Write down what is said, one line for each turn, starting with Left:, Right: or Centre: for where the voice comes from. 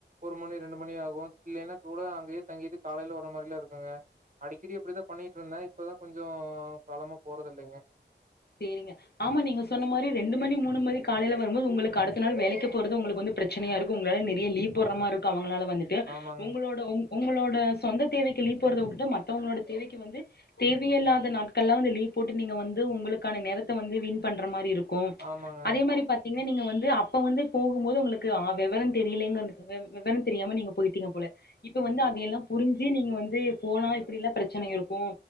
Right: ஒரு மணி ரெண்டு மணி ஆகு இல்லேன்னா கூட அங்கேயே தங்கிட்டு காலைல வர மாறிலா இருக்குங்க அடிக்கடி அப்டிதா பண்ணிட்டு இருந்தே இப்பதா கொஞ்சோ காலமா போறதுல்லைங்க
Left: சேரிங்க ஆமா நீங்க சொன்ன மாறி ரெண்டு மணி மூணு மணி காலைல வரும்போது உங்களுக்கு அடுத்த நாள் வேலைக்கு போறது உங்களுக்கு வந்து பிரச்சனையாருக்கு ஒங்களால நெறைய லீவ் போட்ற மாருக்கு அவுங்களால வந்துட்டு
Right: ஆமாங்க
Left: ஒங்களோட ஒங் ஒங்களோட சொந்த தேவைக்கு லீவ் போறத உட்டுட்டு மத்தவங்களோட தேவைக்கு வந்து தேவையேயில்லாத நாட்கள்ல்லா வந்து லீவ் போட்டு நீங்க வந்து ஒங்களுக்கான நேரத்த வந்து வீண் பண்ற மாறி இருக்கு
Right: ஆமாங்க
Left: அதே மாறி பாத் நீங்க வந்து அப்ப வந்து போகும்போது உங்களுக்கு அ வெவரோ தெரியலங்க வெவ் வெவரோ தெரியாம நீங்க போயிட்டிங்க போல இப்ப வந்து அதயெல்லா புரிஞ்சு நீங்க வந்து போனா இப்டில்லா பிரச்சனை இருக்கு